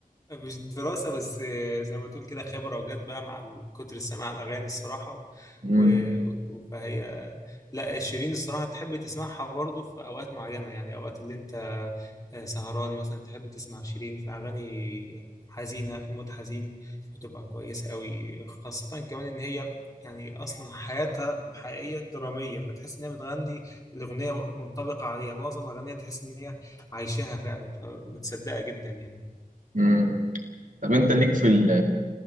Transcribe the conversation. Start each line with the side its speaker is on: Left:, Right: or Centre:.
Left: مش دراسة بس آه، زي ما تقول كده خبرة وجت بقى مع ال- كتر السماع الأغاني الصراحة و...
Right: مم.
Left: و... و- فهي لا شيرين الصراحة تحب تسمعها برضو في أوقات معينة يعني أوقات اللي أنت آه، سهران مثلا تحب تسمع شيرين في أغاني حزينة في مود حزين بتبقى كويسة قوي خاصة كمان إن هي يعني أصلا حياتها الحقيقية درامية فتحس إن هي بتغني الأغنية منطبقة عليها معظم أغانيها تحس إن هي عايشاها فعلا فبتصدقها جدا يعني
Right: مم. طب أنت ليك في ال-